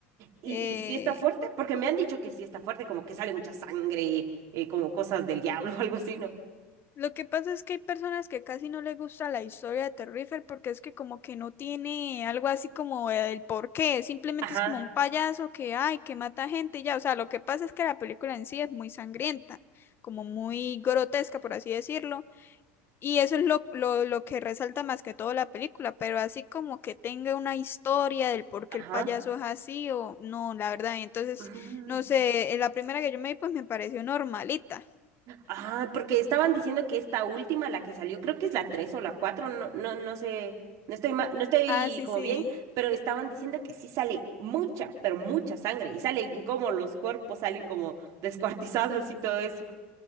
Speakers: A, on the right; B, on the left.
A: Y,
B: Eh,
A: y sí está fuerte, porque me han dicho que sí está fuerte, como que sale mucha sangre, eh, como cosas del diablo <laughs> o algo así, ¿no?
B: Lo que pasa es que hay personas que casi no les gusta la historia de Terrifier porque es que como que no tiene algo así como el porqué, simplemente
A: Ajá,
B: es como un payaso que ay, que mata gente y ya, o sea, lo que pasa es que la película en sí es muy sangrienta, como muy grotesca por así decirlo, y eso es lo, lo, lo que resalta más que todo la película, pero así como que tenga una historia del por
A: ajá.
B: qué el payaso es así o no, la verdad, y entonces,
A: Mm.
B: no sé, la primera que yo me vi pues me pareció normalita.
A: Ah, porque estaban diciendo que esta última, la que salió, creo que es la 3 o la 4, no, no, no sé, no estoy ma- no estoy
B: Ah, sí,
A: como
B: sí.
A: bien, pero estaban diciendo que sí sale mucha, pero mucha sangre, y salen como los cuerpos salen como descuartizados y todo eso,